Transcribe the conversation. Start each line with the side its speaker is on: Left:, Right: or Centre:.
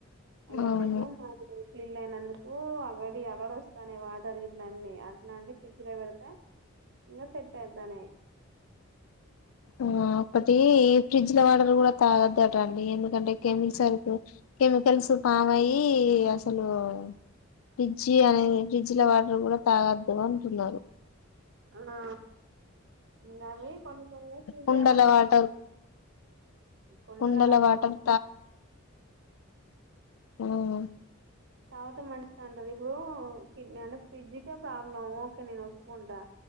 Right: ఎండకు
Left: అవును
Right: పళ్ళ అయినందుకు అక్కడి అక్కడ వస్తానే వాటర్ ఇల అన్నీ అట్లాంటివి ఫ్రిడ్జ్లో పెడితే ఇంకా సెట్ అయితానేయి
Left: ఆ అప్పటి ఈ ఫ్రిడ్జ్ లో వాటర్ కూడా తాగొదుట అండి ఎందుకంటే కెమిికస్ కెమికల్స్ పామ్ అయ్యి అసలు ఫ్రిడ్జ్ చీ అనేది ఫ్రిడ్జ్ లో వాటర్ కూడా తాగ అర్ద్దగా అంటున్నారు
Right: ఆ ఇమీ కొన్ని కొన్నిసయాల
Left: కుండల వాటర్
Right: కొన్నల
Left: కుండల
Right: మాట
Left: వాటర్ తాగు
Right: తావాతే మంచిది అంటారు ఇప్పుడు కిడ్ అంటే ఫ్రిడ్జ్కే ప్రాబ్లం ఓకే నేను ఒప్పుకుంటా